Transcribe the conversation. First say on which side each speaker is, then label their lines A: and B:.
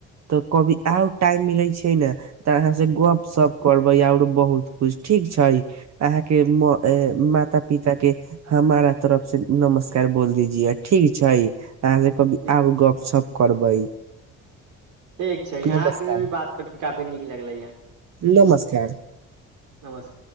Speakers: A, on the right; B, on the right.
A: तऽ कभी आउ टाइम मिलै छै ने तऽ अहाँ से गप सप करबे आओरो बहुत कुछ ठीक छै अहाँके म- माता पिताके हमारा तरफ से नमस्कार बोल दीजियए ठीक छै अहाँ कभी
B: ठीक
A: आउ गपशप करबै
B: ठीक छै अहाँके
A: नमस्कार
B: भी बात करिकऽ काफी नीक लगलैए हँ
A: नमस्कार
B: नमस्कार